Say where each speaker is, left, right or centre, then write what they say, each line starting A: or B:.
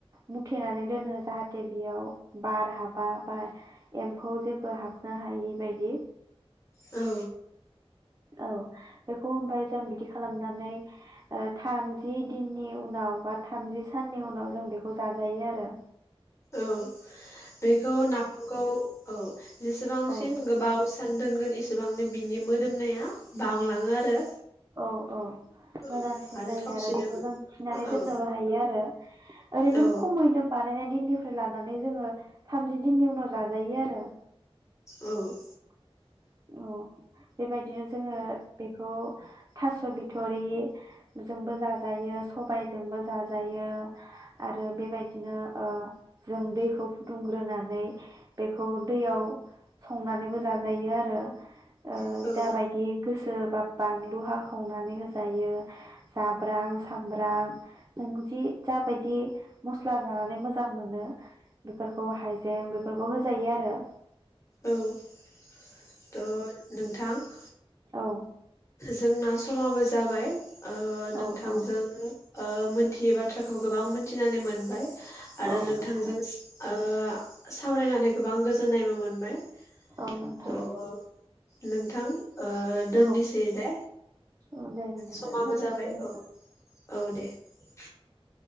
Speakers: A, on the right; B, on the left.
A: मुथेनानै दोनो जाहाथे बेयाव बार हाबा बा एम्फौ जे बो हाबनो हायै बायदि।
B: औ
A: औ बेखौ ओमफ्राय जों बिदि खालामनानै ओ थामजि दिननि उनाव बा थामजि साननि उनाव जों बेखौ जाजायो आरो
B: औ बेखौ नाफामखौ औ जेसेबांसिन
A: औ
B: गोबाव सान दोनगोन एसेबांनो बिनि मोदोमनाया बांलाङो आरो
A: औ औ
B: औ
A: मोजांसिन जायो
B: थावसिनोबो
A: आरो बेखौ जों थिनानै
B: औ
A: दोननोबो हायो आरो ओरैनो
B: औ
A: खमैनो बानायनानै दिन निफ्राय लानानै जोङो थामजि दिननि उनाव जाजायो आरो
B: औ
A: औ । बेबायदिनो जोङो बे बेखौ थास बिथरि जोंबो जाजायो सबायजोंबो जाजायो । आरो बेबायदिनो ओ जों दैखौ फुदुंग्रोनानै बेखौ दैयाव संनानैबो जाजायो आरो । ओ । ओ
B: औ
A: जाबायदि गोसो बा बानलु हाखावनानै होजायो जाब्रां सामब्रां नों जि जाबायदि मस्ला जानानै मोजां मोनो बेफोरखौ हाइजें बेफोरखौ होजायो आरो ।
B: औ । द नों थां थां ।
A: औ
B: जोंना समाबो जाबाय । ओ नोंथांजों
A: औ औ
B: । ओ मोनथियै बाथ्राखौ गोबां मोनथिनानै मोनबाय । आरो
A: औ
B: नोंथांजों
A: नोंथां
B: ओ सावरायनानै गोबां गोजोननायबो मोनबाय ।
A: औ नोंथां
B: त नोंथां ओ दोननिस
A: औ
B: । दे दे
A: औ दे बिदिब्ला
B: समाबो
A: गोजोनथों
B: जाबाय
A: नोंथां
B: औ औ दे ।